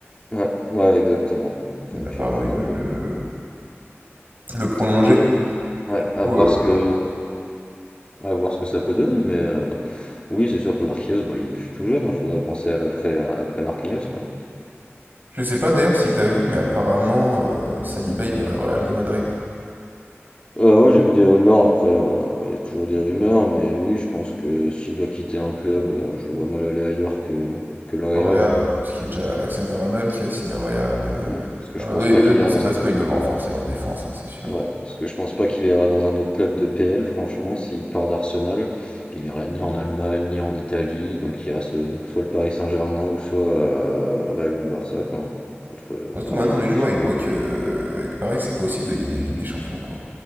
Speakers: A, on the left (about 25°); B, on the right (about 45°).
A: ouais, ouais, exactement. Donc
B: Mais apparemment
A: euh,
B: ils
A: non,
B: veulent
A: donc
B: le, le prolonger.
A: à voir, ouais,
B: Du coup,
A: à voir
B: euh,
A: ce que, à voir ce que ça peut donner, mais euh, oui, c'est sûr que Marquinhos, bah, il est plus tout jeune. Il faudrait penser à l'après, à l'après-Marquinhos, quoi.
B: je sais pas d'ailleurs si t'as vu, mais apparemment euh, Saliba il irait au Real de Madrid.
A: Euh, ouais, j'ai vu des rumeurs. Après, euh, il y a toujours des rumeurs, mais oui, je pense que s'il doit quitter un club, euh, je le vois mal aller ailleurs que que le Real,
B: Au Real,
A: hein.
B: ouais, parce qu'il y a déjà Alexander Arnold qui va signer au Real. euh.
A: Parce que
B: Alors,
A: je pense
B: eux,
A: pas
B: eux,
A: qu'il
B: de
A: ira
B: toute
A: dans
B: façon,
A: un.
B: ils doivent renforcer leur défense, hein, c'est sûr.
A: Ouais, parce que je pense pas qu'il ira dans un autre club de PL, franchement, s'il part d'Arsenal, il ira ni en Allemagne, ni en Italie, donc il reste euh, soit le Paris Saint-Germain ou soit euh, le Real ou le Barça, quoi, hein, entre euh,
B: Surtout
A: par
B: maintenant,
A: élimination.
B: les joueurs ils voient que euh, avec Paris c'est pas possible de gagner la Ligue des Champions, quoi.